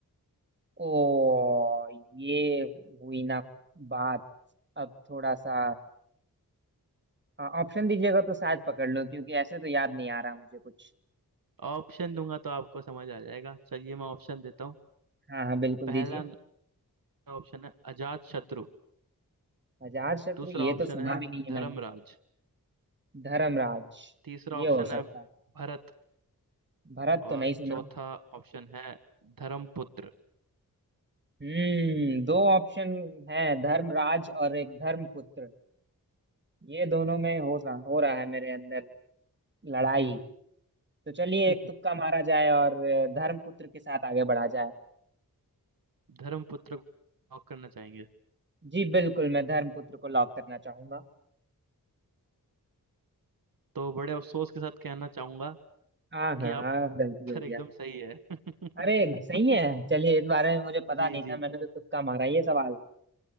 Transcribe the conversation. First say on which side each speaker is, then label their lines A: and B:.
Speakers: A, on the right; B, on the right.
A: ओ ये हुई ना बात अब थोड़ा सा ऑप्शन दीजिएगा तो शायद पकड़ लो क्योंकि ऐसे तो याद नहीं आ रहा मुझे कुछ
B: ऑप्शन दूंगा तो आपको समझ आ जाएगा चलिए मैं ऑप्शन देता हूँ
A: हाँ हाँ बिल्कुल
B: पहला
A: दीजिए
B: ऑप्शन है अजात शत्रु
A: अजात शत्रु
B: दूसरा
A: ये
B: ऑप्शन
A: तो सुना
B: है
A: भी नहीं है
B: धर्मराज
A: मैंने धर्मराज
B: तीसरा
A: ये
B: ऑप्शन
A: हो सकता
B: है
A: है
B: भरत
A: भरत तो
B: और
A: नहीं सुना
B: चौथा ऑप्शन है धर्मपुत्र
A: हम्म दो ऑप्शन है धर्मराज और एक धर्मपुत्र ये दोनों में हो सा, हो रहा है मेरे अंदर लड़ाई तो चलिए
B: <laughs>
A: एक तुक्का मारा जाए और अ, धर्मपुत्र के साथ आगे बढ़ा जाए
B: धर्मपुत्र को लॉक करना चाहेंगे
A: जी बिल्कुल मैं धर्मपुत्र को लॉक करना चाहूंगा
B: तो बड़े अफसोस के साथ कहना चाहूंगा
A: हाँ हाँ
B: कि
A: हाँ,
B: आप
A: गलती हो
B: सर
A: गया
B: एकदम सही है
A: अरे
B: <laughs>
A: सही है चलिए इस बारे में मुझे पता
B: जी
A: नहीं
B: जी
A: था मैंने तो तुक्का मारा ये सवाल